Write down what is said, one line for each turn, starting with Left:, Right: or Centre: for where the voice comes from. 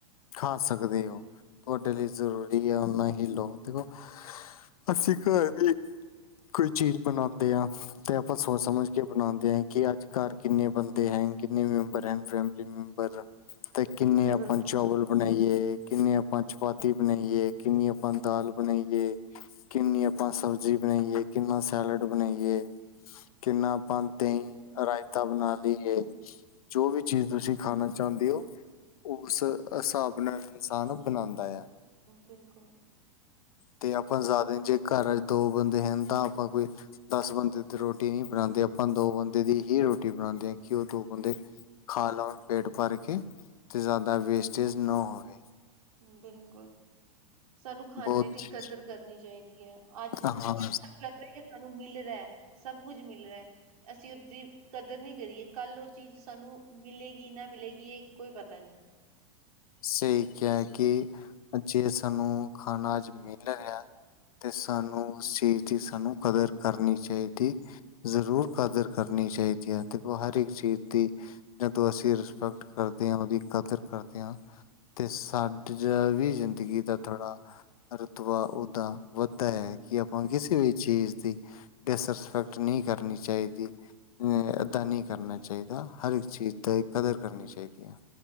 Left: ਖਾ ਸਕਦੇ ਹੋ ਤੁਹਾਡੇ ਲਈ ਜ਼ਰੂਰੀ ਐ, ਓਨਾ ਹੀ ਲੋ। ਦੇਖੋ ਅਸੀ ਘਰ ਵੀ ਕੋਈ ਚੀਜ਼ ਬਣਾਂਦੇ ਆਂ, ਤੇ ਆਪਾਂ ਸੋਚ ਸਮਝ ਕੇ ਬਣਾਂਦੇ ਹਾਂ, ਕਿ ਅੱਜ ਘਰ ਕਿੰਨੇ ਬੰ ਬੰਦੇ ਐਂ, ਕਿੰਨੇ ਮੈਂਬਰ ਐਂ ਫੈਮਲੀ ਮੈਂਬਰ ਤੇ ਕਿੰਨੇ ਆਪਾਂ
Right: ਬਿਲਕੁਲ
Left: ਚੋਵਲ ਬਣਾਈਏ ਕਿੰਨੀ ਆਪਾਂ ਚਪਾਤੀ ਬਣਾਈਏ, ਕਿੰਨੀ ਆਪਾਂ ਦਾਲ ਬਣਾਈਏ। ਕਿੰਨੀ ਆਪਾਂ ਸਬਜ਼ੀ ਬਣਾਈਏ, ਕਿੰਨਾ ਸੈਲਡ ਬਣਾਈਏ। ਕਿੰਨਾ ਆਪਾਂ ਦਹੀਂ ਰਾਇਤਾ
Right: ਹੈਲੋ
Left: ਬਣਾ ਲਈਏ, ਜੋ ਵੀ
Right: ਹਾਂਜੀ
Left: ਚੀਜ਼ ਤੁਸੀਂ ਖਾਣਾ ਚਾਹੁੰਦੇ ਹੋ, ਉਸ ਹਿਸਾਬ ਨਾਲ ਇਨਸਾਨ ਬਣਾਂਦਾ ਆ।
Right: ਬਿਲਕੁਲ।
Left: ਤੇ ਆਪਾਂ ਜ਼ਾਦੇ ਨੀ, ਜੇ ਘਰ ਚ ਦੋ ਬੰਦੇ ਹਨ, ਤਾਂ ਆਪਾਂ ਕੋਈ ਦਸ ਬੰਦੇ ਦੀ ਰੋਟੀ ਨਹੀਂ ਬਣਾਂਦੇ, ਆਪਾਂ ਦੋ ਬੰਦੇ ਦੀ ਹੀ ਰੋਟੀ ਬਣਾਂਦੇ ਆਂ। ਕਿ ਉਹ ਦੋ ਬੰਦੇ ਖਾ ਲਓ ਪੇਟ ਭਰ ਕੇ, ਤੇ ਜ਼ਿਆਦਾ ਵੇਸਟੇਜ ਨਾ ਹੋਵੇ।
Right: ਬਿਲਕੁਲ ਸਾਨੂੰ ਖਾਨੇ
Left: ਬਹੁਤ
Right: ਦੀ ਕਦਰ ਕਰਨੀ ਚਾਹੀਦੀ ਐ। ਅੱਜ
Left: ਹਾਂ
Right: ਸਾਨੂੰ ਲੱਗ ਰਿਹਾ ਕਿ ਸਾਨੂੰ ਮਿਲ ਰਿਹਾ, ਸਭ ਕੁੱਝ ਮਿਲ ਰਿਹਾ, ਅਸੀਂ ਓਦੀ ਕਦਰ ਨਹੀਂ ਕਰੀਏ, ਕੱਲ ਉਹ ਚੀਜ਼ ਸਾਨੂੰ ਮਿਲੇਗੀ ਨਾ ਮਿਲੇਗੀ, ਇਹ ਕੋਈ ਪਤਾ ਨਹੀ।
Left: ਸਹੀ ਕਿਹਾ ਕਿ ਜੇ ਸਾਨੂੰ ਖਾਣਾ ਅੱਜ ਮਿਲ ਰਿਹਾ ਤੇ ਸਾਨੂੰ ਉਸ ਚੀਜ਼ ਦੀ ਸਾਨੂੰ ਕਦਰ ਕਰਨੀ ਚਾਹੀਦੀ। ਜ਼ਰੂਰ ਕਦਰ ਕਰਨੀ ਚਾਹੀਦੀ ਆ, ਦੇਖੋ ਹਰ ਇੱਕ ਚੀਜ਼ ਦੀ। ਜਦੋਂ ਅਸੀਂ ਰਿਸਪੈਕਟ ਕਰਦੇ ਆ, ਉਹਦੀ ਕਦਰ ਕਰਦੇ ਆ। ਤੇ ਸਾਡਾ ਵੀ ਜ਼ਿੰਦਗੀ ਦਾ ਥੋੜ੍ਹਾ ਰੁਤਵਾ ਓਦਾ ਵੱਧਦਾ ਹੈ ਕਿ ਆਪਾਂ ਕਿਸੇ ਵੀ ਚੀਜ਼ ਦੀ ਡਿਸਰਿਸਪੈਕਟ ਨਹੀਂ ਕਰਨੀ ਚਾਹੀਦੀ। ਨਈ ਏਦਾਂ ਨਈ ਕਰਨਾ ਚਾਹੀਦਾ, ਹਰ ਇੱਕ ਚੀਜ਼ ਦੀ ਕਦਰ ਕਰਨੀ ਚਾਹੀਦੀ ਐ।